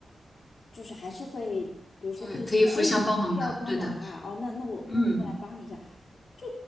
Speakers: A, on the left; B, on the left.
A: 就是还是会，比如说第一次说，
B: 呃可以互相帮忙的，
A: 哎，你你需要帮忙啊，
B: 对的，
A: 哦，那那我那我过来帮你一下，
B: 嗯。
A: 就